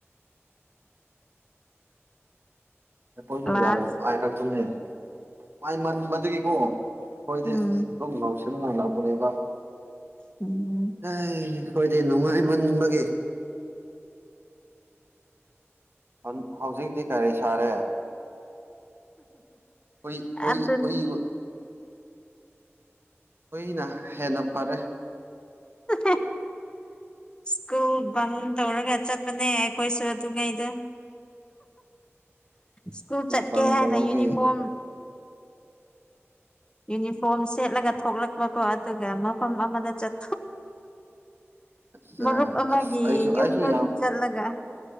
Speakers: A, on the right; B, on the left.
A: ꯑꯈ‌ꯣꯏꯁꯨ
B: ꯀ꯭ꯂꯥꯁ
A: ꯌꯥꯝ ꯅꯨꯡꯉꯥꯏꯔꯛꯄꯅ‌ꯦ ꯃꯥꯏ ꯃꯟ ꯕꯗꯒꯤꯀꯣ ꯈ‌ꯣꯏꯗꯤ
B: ꯎꯝ
A: ꯑꯁ ꯑꯗꯨꯝ ꯉꯥꯎꯁꯤꯟꯅꯂꯛꯄꯅꯦꯕ
B: ꯎꯝ
A: <unintelligible> ꯈ‌ꯣꯏꯗꯤ ꯅꯨꯡꯉꯥꯏꯃꯟꯕꯒꯤ ꯐꯟ ꯍꯧꯖꯤꯛꯇꯤ ꯀꯔꯤ ꯁꯥꯔꯦ ꯍꯨꯏ ꯍꯨꯏ
B: ꯑꯗꯨꯅꯦ
A: ꯍꯨꯏ ꯍꯨꯏꯅ ꯍꯦꯟꯅ ꯐꯔꯦ
B: ꯑ ꯁ꯭ꯀꯨꯜ ꯕꯪ ꯇꯧꯔꯒ ꯆꯠꯄꯅꯦ ꯑꯩꯈ‌ꯣꯏꯁꯨ ꯑꯗꯨ ꯉꯩꯗꯣ ꯁ꯭ꯀꯨꯜ ꯆꯠꯀꯦ
A: ꯕꯪ
B: ꯍꯥꯏꯅ
A: ꯇꯧꯕꯒꯤ
B: ꯌꯨꯅꯤꯐꯣꯔꯝ ꯌꯨꯅꯤꯐꯣꯔꯝ ꯁꯦꯠꯂꯒ ꯊꯣꯛꯂꯛꯄꯀꯣ ꯑꯗꯨꯒ ꯃꯐꯝ ꯑꯃꯗ ꯆꯠ
A: ꯑꯁ
B: ꯃꯔꯨꯞ ꯑꯃꯒꯤ
A: ꯑꯁ ꯑꯩꯁꯨ
B: ꯌꯨꯝꯗ
A: ꯑꯩꯁꯨ ꯌꯥꯝ
B: ꯆꯠꯂꯒ